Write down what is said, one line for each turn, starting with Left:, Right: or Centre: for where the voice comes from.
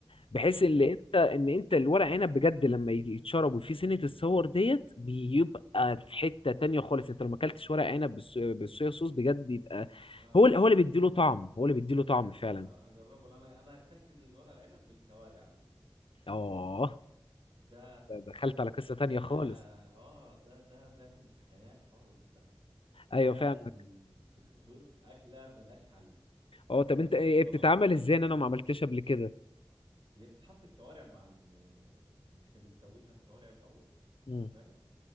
Left: بحيث ان
Right: حلو
Left: انت ان انت الورق عنب بجد لما يجي يتشرب وفيه سنه الصور ديت بيبقى في حته تانية خالص انت لو ما اكلتش ورق عنب بالص- بالصويا صوص بجد يبقى
Right: لا هجربه
Left: هو اللي- هو اللي بيديله طعم هو اللي بيديله طعم فعلا
Right: انا هجربه لأن انا انا اكلت الورق العنب بالكوارع قبل كده
Left: اه
Right: ده
Left: دخلت على قصه تانية
Right: ده
Left: خالص
Right: اه ده ده ده في الخيال خالص ده
Left: ايوه
Right: ده
Left: فاهمك
Right: ال... <laughs> بص اكله ملهاش حل
Left: اه طب
Right: انا
Left: انت
Right: بحب
Left: ايه
Right: طبعا
Left: بتتعمل ازاي ان انا ما عملتهاش قبل كده
Right: هي بتتحط الكوارع مع ال... يعني احنا بنسويها الكوارع الاول
Left: امم
Right: فاهم